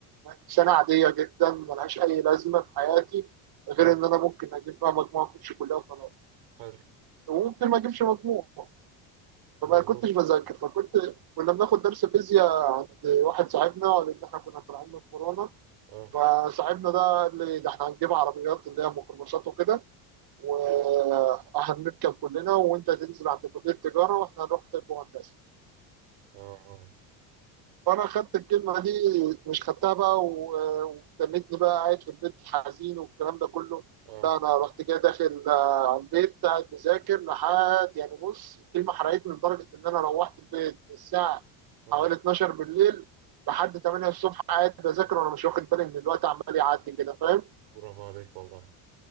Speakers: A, on the right; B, on the right.
A: سنه عاديه جدا ملهاش اي لازمه في حياتي غير
B: اه
A: ان انا ممكن اجيب فيها مجموعه اخش كلها وخلاص
B: حلو
A: وممكن ما اجيبش مجموع
B: مظبوط
A: فما كنتش بذاكر فكنت كنا بناخد درس فيزياء عند واحد صاحبنا لان احنا كنا طالعين من كورونا
B: اه
A: فصاحبنا ده قال لي ده احنا هنجيب عربيات اللي هي ميكروباصات وكده وهنركب كلنا وانت تنزل عند كليه التجاره واحنا هنروح طب وهندسه
B: اه اه
A: فانا خدت الكلمه دي مش خدتها بقى و- وتنتني بقى قاعد في البيت حزين والكلام ده كله
B: اه
A: لا انا رحت جاي داخل آه، على البيت قاعد مذاكر لحد يعني بص الكلمه حرقتني لدرجه ان انا روحت البيت من الساعه
B: اه
A: حوالي 12 بالليل لحد 8 الصبح قاعد بذاكر وانا مش واخد بالي ان الوقت عمال يعدي كده فاهم
B: برافو عليك والله